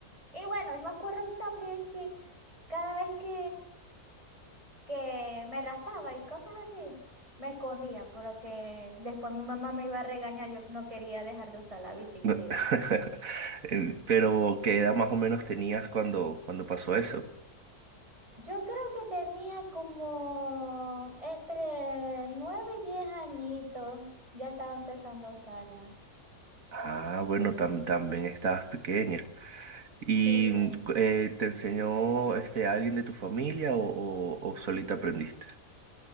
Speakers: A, on the right (about 20°); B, on the right (about 65°).
A: y bueno, me acuerdo también que cada vez que, que me raspaba y cosas así, me escondía porque después mi mamá me iba a regañar, yo no quería dejar de usar la bicicleta.
B: No- <laughs> Eh, Pero ¿qué edad más o menos tenías cuando, cuando pasó eso?
A: Yo creo que tenía como entre nueve y diez añitos, ya estaba empezando a usarla.
B: Ah, bueno, tam- también estabas pequeña. ¿Y
A: Sí,
B: mm, cu- eh, te enseñó este alguien de tu familia o, o, o solita aprendiste?